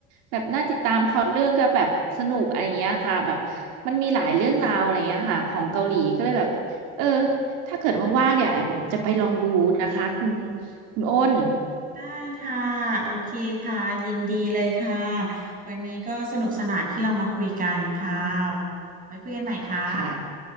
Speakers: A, on the right (about 80°); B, on the right (about 30°).
A: แบบน่าติดตามพล็อตเรื่องก็แบบสนุกอะไรอย่างเงี้ยค่ะแบบมันมีหลายเรื่องราวอะไรอย่างเงี้ยค่ะของเกาหลีก็เลยแบบเออ
B: ค่ะ
A: ถ้าเกิดว่างๆเนี่ยแอมจะไปลองดูนะคะคุณคุณอ้น
B: ได้ค่ะโอเคค่ะยินดีเลยค่ะวันนี้ก็สนุกสนานที่เรามาคุยกันค่ะไว้คุยกันใหม่ค่ะ
A: ค่ะ